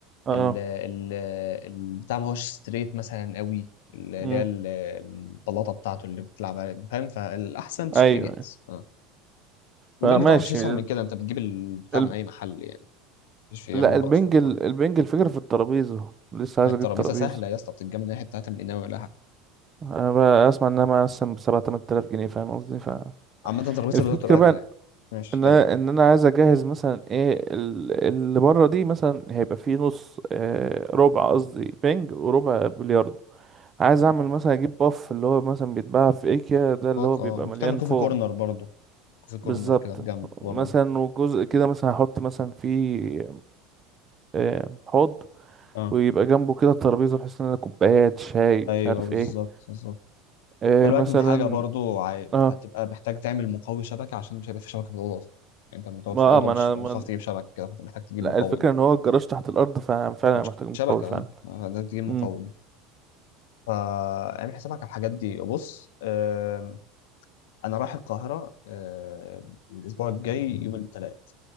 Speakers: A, on the right (about 20°); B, on the left (about 90°).
A: اه
B: ال ال البتاع ما هوش ستريت مثلا قوي اللي
A: امم
B: هي ال- البلاطه بتاعته اللي بتلعب عليها فاهم فالاحسن تشتريه
A: ايوه
B: جاهز
A: أيوة.
B: اه والبنج
A: فماشي
B: طبعا مش اسهل
A: ال...
B: من كده انت بتجيب البتاع
A: ال-
B: من اي محل يعني مفيش فيه
A: لا
B: عموله
A: البنج
B: اصلا
A: ال-
B: يعني
A: البنج الفكرة في الترابيزة لسه عايز
B: هي الترابيزه
A: اجيب ترابيزة
B: سهله يا اسطى بتتجمع من اي حته هتعمل قناوي ولا حاجه
A: انا بقى اسمع انها مثلا بسبعة تمن تلاف جنيه فاهم قصدي ف
B: عامه الترابيزه
A: الفكرة
B: بتاعته الاغلى
A: بقى
B: يعني ماشي
A: ان
B: كمل
A: انا ان انا عايز اجهز مثلا ايه ال- اللي بره دي مثلا هيبقى فيه نص آه، ربع قصدي بنج وربع بلياردو عايز اعمل مثلا اجيب باف اللي هو مثلا بيتباع في ايكيا ده اللي
B: اه
A: هو بيبقى
B: آه، ممكن
A: مليان
B: تعمل كوفي
A: فوم
B: كورنر برضه كوفي كورنر
A: بالظبط
B: كده في جنب برضه
A: مثلا وجزء كده مثلا هحط مثلا فيه آه، حوض
B: اه
A: ويبقى جنبه كده ترابيزة بحيث ان انا كوبايات شاي
B: ايوه
A: مش عارف
B: بالظبط
A: ايه
B: بالظبط
A: آه،
B: خلي
A: مثلا
B: بالك من حاجة برضو عاي-
A: اه
B: هتبقى محتاج تعمل مقوي شبكة عشان مش هيبقى في شبكة في الأوضة أصلا يعني أنت لما تقعد
A: ما
B: في
A: اه
B: الأوضة
A: ما
B: مش
A: انا
B: مش
A: ما
B: هتعرف تجيب شبكة كده فأنت محتاج تجيب
A: لا
B: مقوي
A: الفكرة
B: بقى
A: ان هو الجراج تحت الارض ففعلا
B: مش
A: أنا محتاج مقاوي
B: شبكة
A: فعلا
B: أه محتاج تجيب مقوي
A: امم
B: فاعمل حسابك على الحاجات دي بص آم، أنا رايح القاهرة آم، الأسبوع الجاي يوم الثلاث